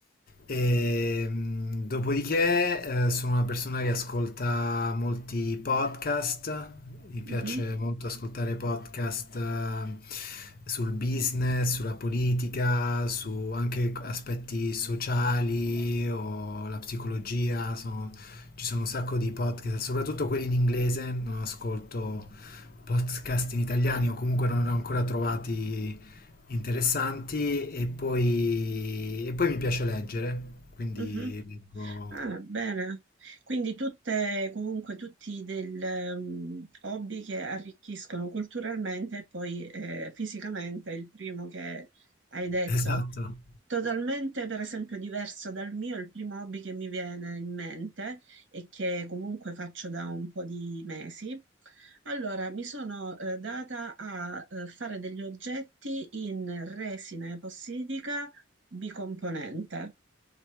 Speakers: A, on the left; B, on the right.
A: E, mh, dopodiché, eh, sono una persona che ascolta molti podcast. Mi piace
B: mhm,
A: molto ascoltare podcast, eh, sul business, sulla politica, su anche aspetti sociali o la psicologia. Sono- ci sono un sacco di podcast, soprattutto quelli in inglese, non ascolto podcast in italiani o comunque non ne ho ancora trovati interessanti e poi, e poi mi piace leggere, quindi
B: mhm.
A: leggo...
B: Ah, bene. Quindi tutte, comunque tutti del, ehm, hobby che arricchiscono culturalmente e poi eh, fisicamente, il primo che hai detto.
A: Esatto.
B: Totalmente, per esempio, diverso dal mio, il primo hobby che mi viene in mente e che comunque faccio da un po' di mesi. Allora, mi sono eh, data a eh, fare degli oggetti in resina epossidica bicomponente.